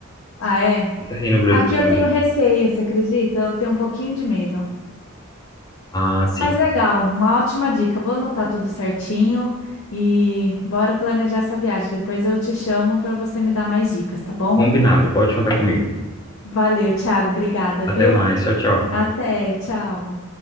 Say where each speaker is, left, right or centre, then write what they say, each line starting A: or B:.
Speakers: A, on the left; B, on the left.
A: Ah, é?
B: Até aí no Brasil
A: Aqui eu
B: também.
A: tenho receio, você acredita? Eu tenho um pouquinho de medo.
B: Ah, sim.
A: Mas legal, uma ótima dica. Vou anotar tudo certinho e bora planejar essa viagem. Depois eu te chamo para você me dar mais dicas, tá bom?
B: Combinado. Pode contar comigo.
A: Valeu, Thiago. Obrigada,
B: Até
A: viu?
B: mais. Tchau, tchau.
A: Até, tchau.